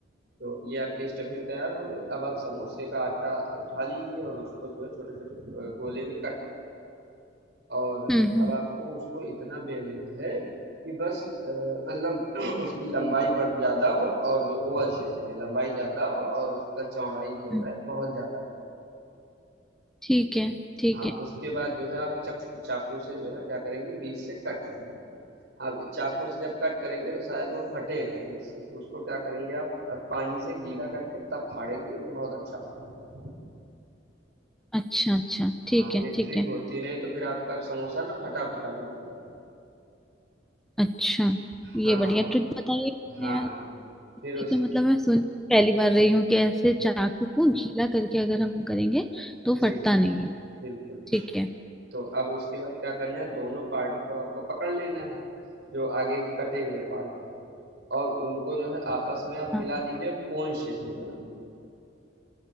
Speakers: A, on the right; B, in the centre.
A: तो ये आपकी स्टफिंग तैयार हो गई अब आप समोसे का आटा उठा लीजिए और उसको जो है छोटे छोटे गोले में कट कर और
B: हम्म हम्म
A: अब आपको उसको इतना बेलना है कि बस अ, मतलब <clears throat> उसकी लंबाई बढ़ ज़्यादा हो और जो ओवल शेप में लंबाई ज़्यादा हो और उसका चौड़ाई जो
B: हम्म,
A: है बहुत ज़्यादा ना
B: ठीक है ठीक
A: हाँ
B: है
A: उसके बाद जो है आप चक चाकू से जो है क्या करेंगे बीच से कट कर लेंगे अब चाकू से जब कट करेंगे तो शायद वो फटेगा बीच से तो उसको क्या करेंगे आप अ, पानी से गीला करके तब फाड़ेंगे तो बहुत अच्छा फटेगा
B: अच्छा अच्छा
A: हाँ
B: ठीक है
A: ये
B: ठीक
A: ट्रिक
B: है
A: होती है, नहीं तो फिर आपका समोसा ना फटा फटा बनेगा
B: अच्छा ये
A: हाँ
B: बढ़िया ट्रिक बताइए आपने
A: हाँ
B: यार
A: हाँ, फिर उसके
B: ये तो मतलब मैं सुन पहली बार रही हूँ कि ऐसे चाकू को गीला करके अगर हम करेंगे तो
A: जी
B: फटता
A: जी
B: नहीं है
A: बिल्कुल
B: ठीक है
A: तो अब उसके बाद क्या करना है दोनों पार्ट को आपको पकड़ लेना है जो आगे के कटे हुए पार्ट हैं और उनको जो है आपस में आप
B: हाँ
A: मिला दीजिए और कोन शेप में बना लीजिए